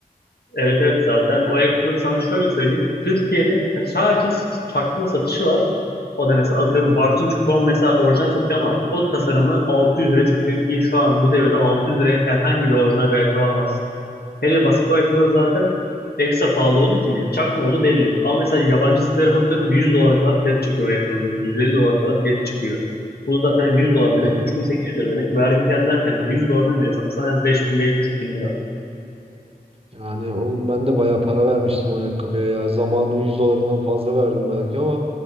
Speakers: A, on the left; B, on the right.
A: Evet evet zaten o ayakkabı sana şöyle söyleyeyim. Türkiye'de sadece çakma satışı var. O da mesela atıyorum Bartınç Krom mesela orijinal satıyor ama o tasarımı 600 liraya satıyor ki şu an bu devirde 600 liraya herhangi bir orijinal bir ayakkabı alamazsın. Hele basketbol ayakkabıları zaten ekstra pahalı olduğu için yani çakma oğlu belli. Ama mesela yabancı sitelere bakıyorum 100 dolara kadar fiyat çıkıyor ayakkabının. 150 dolara kadar fiyat çıkıyor. Bu zaten 100 dolar demek
B: He.
A: 3800 lira demek. Vergi falan derken de 100 dolardan bile satsan en az 5000 5500 lira.
B: Yani oğlum ben de bayağı para vermiştim o ayakkabıya ya. Zamanın 100 dolarından fazla verdim belki ama